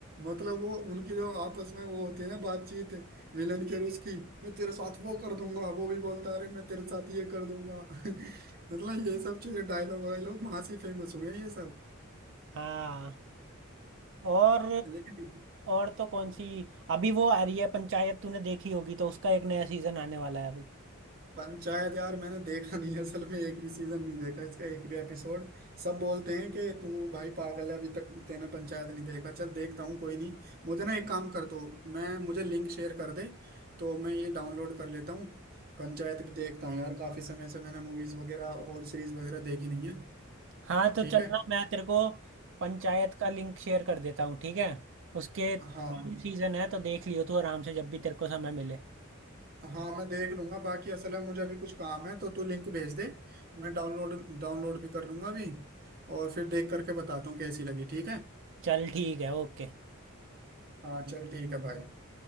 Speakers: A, on the right; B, on the right.
A: मतलब वो उनकी जो आपस में वो होती है ना बातचीत विलन के और उसकी मैं तेरे साथ वो कर दूंगा वो भी बोलता है अरे मैं तेरे साथ ये कर दूंगा <laughs> मतलब ये सब चीजें डायलॉग वायलॉग वहां से फेमस हुए हैं ये सब
B: हाँ और
A: लेकिन
B: और तो कौन सी अभी वो आ रही है पंचायत तूने देखी होगी तो उसका एक नया सीजन आने वाला है अभी
A: पंचायत यार मैंने देखा नहीं है, असल में एक भी सीजन नहीं देखा इसका एक भी एपिसोड सब बोलते हैं कि तू भाई पागल है अभी तक तेने पंचायत नहीं देखा चल देखता हूँ कोई नहीं मुझे ना एक काम कर दो मैं मुझे लिंक शेयर कर दे तो मैं ये डाउनलोड कर लेता हूँ पंचायत भी देखता हूँ यार काफी समय से मैंने मूवीज वगैरह और सीरीज वगैरह देखी नहीं है
B: हाँ तो
A: ठीक
B: चलना
A: है
B: मैं तेरे को पंचायत का लिंक शेयर कर देता हूँ ठीक है उसके तीन
A: हाँ
B: सीजन है तो देख लियो तू आराम से जब भी तेरे को समय मिले
A: हाँ मैं देख लूंगा बाकी असल में मुझे अभी कुछ काम है तो तू लिंक भेज दे मैं डाउनलोड डाउनलोड भी कर लूंगा अभी और फिर देख करके बताता हूँ कैसी लगी ठीक है
B: चल ठीक है ओके
A: हाँ चल ठीक है भाई